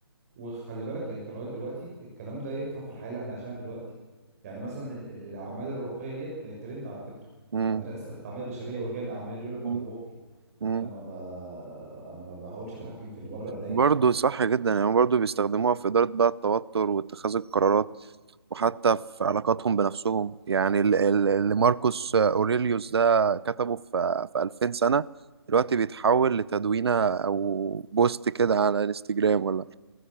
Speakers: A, on the right (about 35°); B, on the right (about 70°).
A: وخلي بالك انت لغايه دلوقتي الكلام ده ينفع في الحياه اللي احنا عايشينها دلوقتي يعني مثلا ال- ال- الاعمال الرواقيه ديت بقت ترند على فكره
B: مم.
A: عند الناس التنميه البشريه ورجال الاعمال يقول لك
B: مم.
A: انا رواقي
B: مم.
A: انا ما ب... انا ما بحاولش اتحكم في اللي بره ايديا
B: برضه صح جدا يعني برضه بيستخدموها في إدارة بقى التوتر واتخاذ القرارات وحتى في علاقاتهم بنفسهم يعني ال- ال- اللي ماركوس أوريليوس ده كتبه في في 2000 سنة دلوقتي بيتحول لتدوينة أو بوست كده على انستجرام ولا